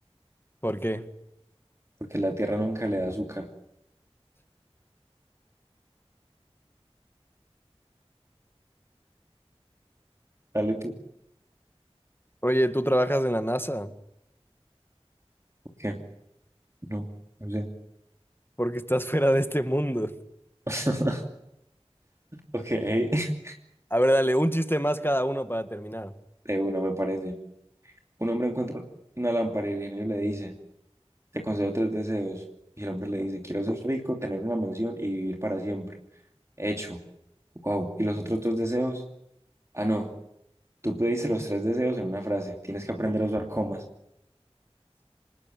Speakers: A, on the left; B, on the right.
A: ¿Por qué?
B: porque la tierra nunca le da azúcar. Dale tú.
A: Oye, ¿tú trabajas en la NASA?
B: ¿Por qué? No, no sé.
A: porque estás <laughs> fuera de este mundo.
B: <laughs> Ok, <laughs>
A: A ver, dale, un chiste más cada uno para terminar.
B: de uno me parece. Un hombre encuentra una lámpara y el genio le dice, te concedo tres deseos. Y el hombre le dice, quiero ser rico, tener una mansión y vivir para siempre. Hecho. Wow. ¿Y los otros dos deseos? Ah, no. Tú pediste los tres deseos en una frase. Tienes que aprender a usar comas.